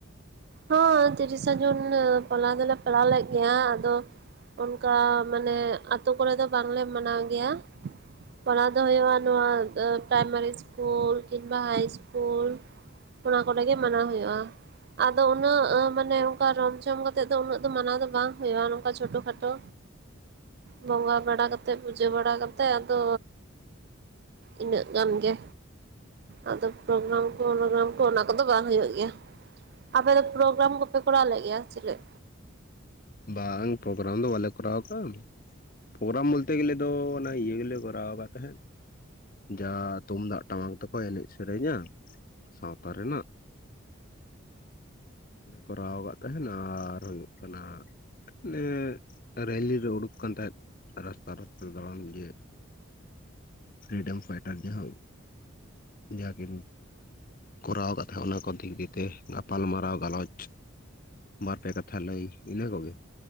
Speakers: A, on the right; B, on the left.
A: ᱦᱚᱸ, ᱛᱤᱨᱤᱥᱟ ᱡᱩᱱ, ᱩᱸ, ᱯᱟᱞᱟᱣ ᱫᱚᱞᱮ ᱯᱟᱞᱟᱣ ᱞᱮᱫ ᱜᱮᱭᱟ, ᱟᱫᱚᱼᱼ ᱚᱱᱠᱟ, ᱢᱟᱱᱮ, ᱟᱛᱳ ᱠᱚᱨᱮᱜ ᱫᱚ ᱵᱟᱝᱞᱮ ᱢᱟᱱᱟᱣ ᱜᱮᱭᱟ᱾ ᱯᱟᱲᱦᱟᱣ ᱫᱚ ᱦᱳᱭᱳᱜᱼᱟ, ᱱᱚᱣᱟ, ᱯᱨᱟᱭᱢᱟᱨᱤ ᱤᱥᱠᱩᱞ, ᱠᱤᱝᱵᱟ, ᱦᱟᱭ ᱤᱥᱠᱩᱞᱼᱼ ᱚᱱᱟ ᱠᱚᱨᱮᱜ ᱜᱮ ᱢᱟᱱᱟᱣ ᱦᱩᱭᱩᱜᱼᱟ᱾ ᱟᱫᱚ ᱩᱱᱟᱹᱜ, ᱟᱸ, ᱢᱟᱱᱮ, ᱚᱱᱠᱟ ᱨᱚᱢ ᱡᱷᱚᱢ ᱠᱟᱛᱮᱫ ᱫᱚ, ᱩᱱᱟᱹᱜ ᱫᱚ, ᱢᱟᱱᱟᱣ ᱫᱚ, ᱵᱟᱝ ᱦᱳᱭᱳᱜᱼᱟ, ᱱᱚᱝᱠᱟ ᱪᱷᱳᱴᱳ ᱼᱠᱷᱟᱴᱳᱼᱼ ᱵᱚᱸᱜᱟ ᱵᱟᱲᱟ ᱠᱟᱛᱮᱜ, ᱯᱩᱡᱟᱹ ᱵᱟᱲᱟ ᱠᱟᱛᱮᱜ, ᱟᱫᱚᱼᱼ ᱤᱱᱟᱹᱜ ᱜᱟᱱ ᱜᱮᱼᱼ ᱟᱫᱚ, ᱯᱨᱚᱜᱨᱟᱢ ᱠᱚ, <unintelligible> ᱠᱚ ᱚᱱᱟ ᱠᱚᱫᱚ ᱵᱟᱝ ᱦᱩᱭᱩᱜ ᱜᱮᱭᱟ᱾ ᱟᱯᱮ ᱫᱚ ᱯᱨᱚᱜᱨᱟᱢ ᱠᱚᱯᱮ ᱠᱚᱨᱟᱣ ᱞᱮᱫ ᱜᱮᱭᱟ, ᱪᱮᱞᱮᱜ
B: ᱵᱟᱝ, ᱯᱨᱚᱵᱨᱟᱢ ᱫᱚ ᱵᱟᱞᱮ ᱠᱚᱨᱟᱣ ᱟᱠᱟᱜᱼᱟ᱾ ᱯᱨᱚᱜᱨᱟᱢ ᱵᱚᱞᱛᱮ ᱜᱮᱞᱮ ᱫᱚ, ᱚᱱᱟ ᱤᱭᱟᱹ ᱜᱮᱞᱮ, ᱠᱚᱨᱟᱣ ᱠᱟᱫ ᱛᱟᱦᱮᱜ᱾ ᱡᱟ, ᱛᱩᱢᱫᱟᱜ ᱴᱟᱢᱟᱠ ᱛᱮᱠᱚ, ᱮᱱᱮᱡ ᱥᱮᱨᱮᱧᱟ, ᱥᱟᱸᱣᱛᱟ ᱨᱮᱱᱟᱜ᱾ ᱠᱚᱨᱟᱣ ᱟᱠᱟᱫ ᱛᱟᱸᱦᱮᱱᱟ ᱟᱨ ᱦᱩᱭᱩᱜ ᱠᱟᱱᱟ <unintelligible> ᱨᱮᱞᱤ ᱨᱮ ᱩᱰᱩᱠ ᱟᱠᱟᱱ ᱛᱟᱸᱦᱮᱫ᱾ ᱨᱟᱥᱛᱟ ᱨᱟᱥᱛᱟ ᱫᱟᱬᱟᱱ ᱡᱮ ᱯᱷᱨᱤᱰᱚᱢ ᱯᱷᱟᱭᱴᱟᱨ ᱡᱟᱦᱟᱸᱼᱼ ᱡᱟᱸᱦᱟ ᱜᱮᱢ ᱠᱚᱨᱟᱣ ᱟᱠᱟᱫ ᱛᱟᱸᱦᱮ ᱚᱱᱟ ᱠᱚ ᱫᱤᱠ ᱫᱤᱭᱮ ᱜᱟᱯᱟᱞ ᱢᱟᱨᱟᱣ ᱜᱟᱞᱚᱪ, ᱵᱟᱨᱯᱮ ᱠᱟᱛᱷᱟ ᱞᱟᱹᱭ ᱤᱱᱟᱹ ᱠᱚ ᱜᱮ